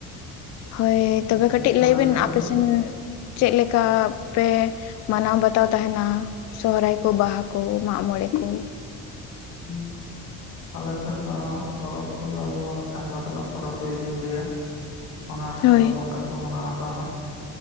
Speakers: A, on the left (about 40°); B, on the left (about 85°).
A: ᱦᱳᱭ ᱛᱚᱵᱮ
B: ᱟᱪᱪᱷᱟ
A: ᱠᱟᱹᱴᱤᱡ
B: ᱛᱟᱦᱚᱞᱮ
A: ᱞᱟᱹᱭ ᱵᱤᱱ᱾
B: ᱱᱤᱛᱚᱜ
A: ᱟᱯᱮ
B: ᱫᱚ
A: ᱥᱮᱱ ᱪᱮᱫ ᱞᱮᱠᱟ ᱯᱮ ᱢᱟᱱᱟᱣ ᱵᱟᱛᱟᱣ ᱛᱟᱦᱮᱱᱟ ᱥᱚᱦᱨᱟᱭ ᱠᱚ ᱵᱟᱦᱟ ᱠᱚ ᱢᱟᱜᱽᱢᱚᱬᱮ ᱠᱚ᱾
B: ᱦᱮᱸ <unintelligible> ᱟᱞᱮᱥᱮᱫ ᱫᱚ ᱦᱟᱜ ᱯᱚᱨᱚᱵᱽ ᱠᱚᱫᱚ ᱡᱮᱢᱚᱱ ᱥᱟᱠᱨᱟᱛ ᱨᱮᱱᱟᱜ ᱯᱚᱨᱚᱵᱽ ᱜᱮ ᱡᱩᱫᱤᱧ ᱞᱟᱹᱭᱟ᱾ ᱚᱱᱟ ᱠᱚᱫᱚ
A: ᱦᱳᱭ
B: ᱱᱚᱝᱠᱟ ᱠᱚ ᱢᱟᱱᱟᱣ ᱟᱠᱟᱜᱼᱟ ᱦᱟᱸᱜ᱾